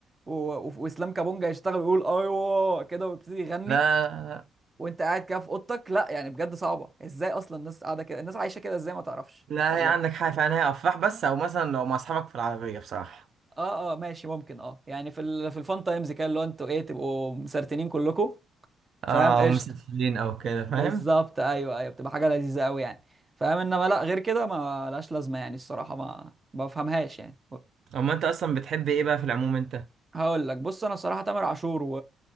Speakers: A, on the right; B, on the right.
A: و... و... واسلام كابونجا يشتغل ويقول ايوه كده ويبتدي يغني
B: لا لا لا.
A: وانت قاعد كده في اوضتك لا يعني بجد صعبه ازاي اصلا الناس قاعده كده الناس عايشه كده ازاي ما تعرفش
B: لا
A: والله
B: هي عندك حاجة فعلا هي أفراح بس أو مثلا لو مع أصحابك في العربية بصراحة
A: اه اه ماشي ممكن اه يعني في ال... في الفان تايمز كده اللي هو انتوا ايه تبقوا مسرتنين كلكم فاهم
B: اه
A: قشطه
B: أو مسافرين أو كده
A: بالظبط
B: فاهم
A: ايوه ايوه بتبقى حاجه لذيذه قوي يعني فاهم انما لا غير كده ما لهاش لازمه يعني الصراحه ما ما بفهمهاش يعني
B: أما أنت أصلا بتحب إيه بقى في العموم أنت
A: هقول لك بص انا الصراحه تامر عاشور و...